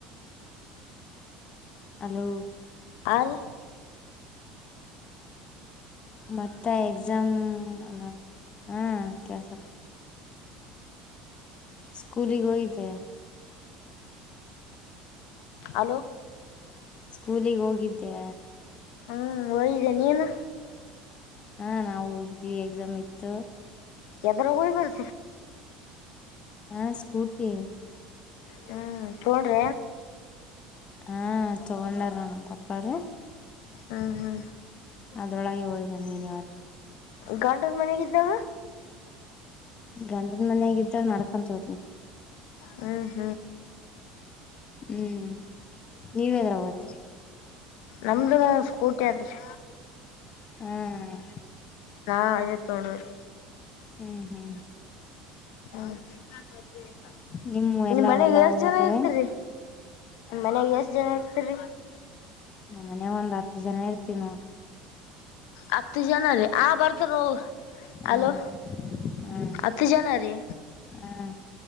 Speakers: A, on the left; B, on the left.
A: ಹಲೋ
B: ಆಲ್
A: ಮತ್ತೆ ಎಕ್ಸಾಮ್ ಅಲ್ಲ -ಹಾ- ಕಳ್ಸ ಸ್ಕೂಲಿಗೆ ಹೋಗಿದ್ದ
B: ಅಲೋ
A: ಸ್ಕೂಲಿಗೆ ಹೋಗಿದ್ದೆ
B: ಹ್ಮ್ ಹೋಗಿದೆ ನೀನು.
A: ಹಾ- ನಾವವು ಹೋಗಿದ್ವಿ ಎಕ್ಸಾಮ್ ಇತ್ತು.
B: ಎಾ‌ದರಗಯ್ಬತ
A: ಹಾ ಸ್ಕೂರ್ಟಿ
B: ಹ್ಮ್ ತೋಡ್ರ
A: ಹಾ ತೊಗೊಂಡರನು ಪಪ್ಪಾರ
B: ಹ್ಞೂ ಹ್ಞೂ
A: ಅದ್ರೊಳಗೆ ಹೋಗ್ ಬನ್ನಿವತ್ತ
B: ಗಾಂಡರ್ ಮನಗಿದ್ದಾವ
A: ಗಂಡನ್ ಮನ್ಯಾಗ ಇದ್ದಾಗ ನಡ್ಕಂತ ಹೋತನಿ
B: ಹ್ಮ
A: ಹ್ಮ್ ನೀವೇದ್ರಗ ಓತರಿ.
B: ನಮ್ದು ಸ್ಕೂಟಿ ಆದ್ರಿ
A: <unintelligible> ಹ್ಮ್
B: ಹಾ ಅಯ ತೊಗೊಂಡರ್
A: ಹ್ಮ್ ಹ್ಮ್
B: ಹ <unintelligible>
A: ನಿಮ್ ಎಲ್ಲ
B: ನಿಮ ಮನೆಗ್
A: ಹೊಲ
B: ಎಷ್ಟ
A: ಅವದಾವೇನ್
B: ಜನ ಇರ್ತರಿ. ಮನ್ಯಗ ಎಷ್ಟ ಜನ ಇರ್ತ್ರಿ
A: ನ ಮನ್ಯಗ ಒಂದ್ ಹತ್ತು ಜನ ಇರ್ತವ್ ನೋಡ್.
B: ಹತ್ತು ಜನ ರೀ ಆ ಬರ್ತೀನಿ ಹೋಗುನ
A: ಹಾ
B: ಅಲೋ
A: ಹಾ
B: ಹತ್ತು ಜನರಿ
A: ಹಾ